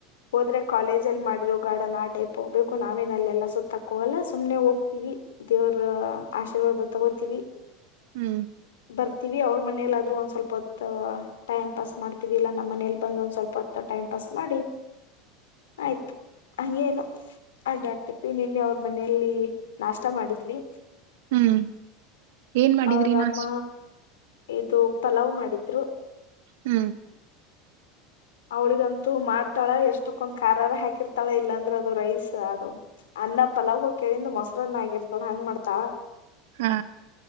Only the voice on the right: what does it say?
ಹ್ಮ್
ಹ್ಮ್ ಏನ್ ಮಾಡಿದ್ರಿ
ನಾಷ್ಟ
ಹ್ಮ್
ಹಾ